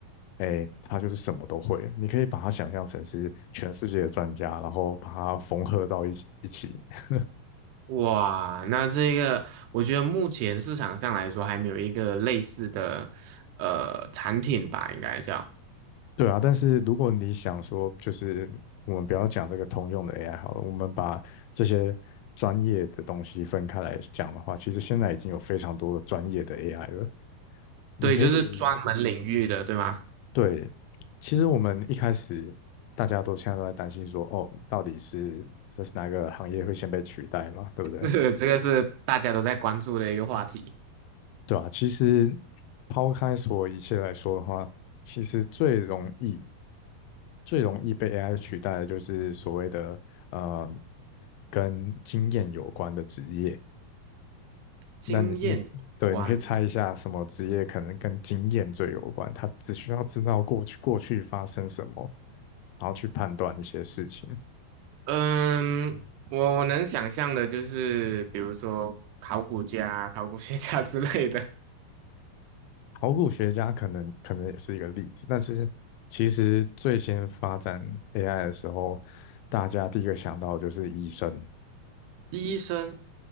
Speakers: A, on the left; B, on the right.
A: 哎，它就是什么都会。你可以把它想象成是全世界的专家，然后把它缝合到一起一起。<laughs>
B: 哇，那这个我觉得目前市场上来说还没有一个类似的呃产品吧，应该叫。
A: 对啊，但是如果你想说，就是我们不要讲这个通用的 AI 好了，我们把这些专业的东西分开来讲的话，其实现在已经有非常多的专业的 AI 了。你可以，
B: 对，就是专门领域的，对吗？<laughs>
A: 对，其实我们一开始大家都现在都在担心说，哦，到底是这是哪个行业会先被取代嘛，对不对？
B: 这个这个是大家都在关注的一个话题，
A: 对啊，其实抛开所有一切来说的话，其实最容易、最容易被 AI 取代的就是所谓的呃跟经验有关的职业。
B: 经验有关。
A: 那你你对，你可以猜一下什么职业可能跟经验最有关？他只需要知道过去过去发生什么，然后去判断一些事情。
B: 嗯，我我能想象的就是，比如说考古家、考古学家 <laughs> 之类的，
A: 考古学家可能可能也是一个例子，但是其实最先发展 AI 的时候，大家第一个想到的就是医生，
B: 医生，